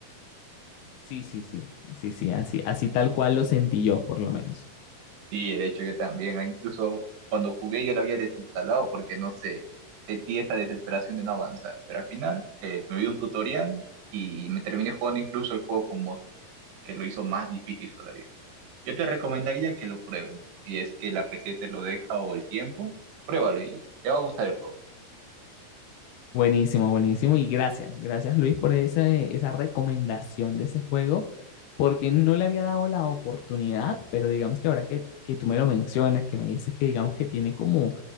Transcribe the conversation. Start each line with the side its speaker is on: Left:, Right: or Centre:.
Left: Sí, sí, sí, sí, sí, así, así tal cual lo sentí yo, por lo menos.
Right: Sí, de hecho yo también, ah, incluso cuando jugué yo lo había desinstalado porque no sé, sentí esa desesperación de no avanzar. Pero al final eh, me vi un tutorial y me terminé jugando incluso el juego con mods, que lo hizo más difícil todavía. Yo te recomendaría que lo pruebes. Si es que la PC te lo deja o el tiempo, pruébalo y te va a gustar el juego.
Left: Buenísimo, buenísimo. Y gracias, gracias Luis por esa, esa recomendación de ese juego, porque no le había dado la oportunidad, pero digamos que ahora que, que tú me lo mencionas, que me dices que digamos que tiene como,